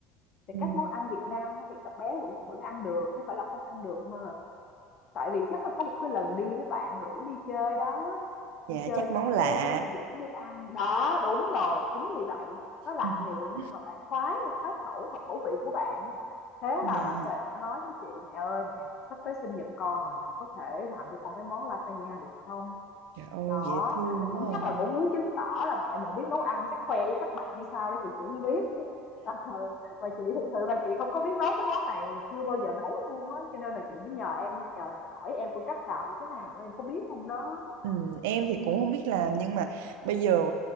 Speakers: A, on the left; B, on the right.
A: thì
B: Ừ.
A: các món ăn Việt Nam thì các bé vẫn vẫn ăn được không phải là không ăn được mà tại vì chắc là có một cái lần đi với bạn rủ đi chơi đó
B: dạ
A: đi chơi
B: chắc
A: xong
B: món lạ
A: cái dẫn đi ăn đó đúng rồi chính vì vậy nó lạ
B: <laughs>
A: miệng mà bạn khoái khoái khẩu hợp khẩu vị của bạn thế
B: dạ
A: là bạn về bạn nói với chị mẹ ơi mẹ sắp tới sinh nhật con rồi mẹ có thể làm cho con cái món lasagna được không
B: trời ơi
A: đó,
B: dễ thương
A: thì cũng
B: quá
A: chắc
B: à.
A: là cũng muốn chứng tỏ là mẹ mình biết nấu ăn chắc khoe với các bạn hay sao đó chị chị không biết. <laughs> Ờ, và chị thực sự là chị không có biết nấu cái món này, chưa bao giờ nấu luôn á, cho nên là chị mới nhờ em nhờ hỏi em phương cách làm như thế nào, em có biết không đó.
B: Ừ, em thì cũng không biết làm nhưng mà bây giờ